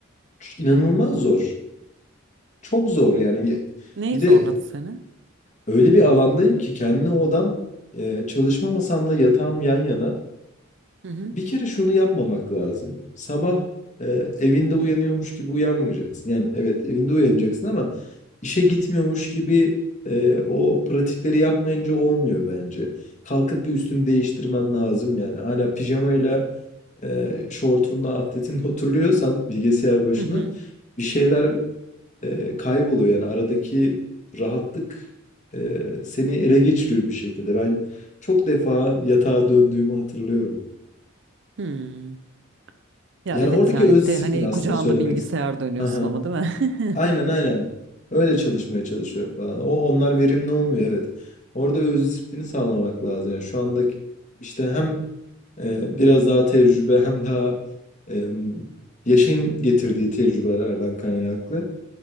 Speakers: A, on the left; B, on the right.
A: Ç- inanılmaz zor. Çok zor yani. Ye-
B: Neyi
A: Bir de
B: zorladı seni?
A: öyle bir alandayım ki kendi odam, e, çalışma masamla yatağım yan yana.
B: Hı hı.
A: Bir kere şunu yapmamak lazım. Sabah e, evinde uyanıyormuş gibi uyanmayacaksın. Yani evet evinde uyanacaksın ama işe gitmiyormuş gibi e, o pratikleri yapmayınca olmuyor bence. Kalkıp bir üstünü değiştirmen lazım yani. Hala pijamayla e, şortunla atletinle <laughs> oturuyorsan bilgisayar başına
B: Hı hı.
A: bir şeyler e, kayboluyor. Yani aradaki rahatlık e, seni ele geçiriyor bir şekilde. Ben çok defa yatağa döndüğümü hatırlıyorum.
B: Hmm. Ya
A: Yani
B: evet
A: oradaki
B: yani
A: öz
B: bir
A: disiplin
B: de hani
A: aslında
B: kucağında
A: söylemek
B: bilgisayar
A: ist-
B: dönüyorsun
A: Aha,
B: ama değil mi?
A: Aynen aynen.
B: <laughs>
A: Öyle çalışmaya çalışıyorum falan. O onlar verimli olmuyor evet. Orada öz disiplini sağlamak lazım. Yani şu andaki işte hem e, biraz daha tecrübe hem daha e, yaşın getirdiği tecrübelerden kaynaklı.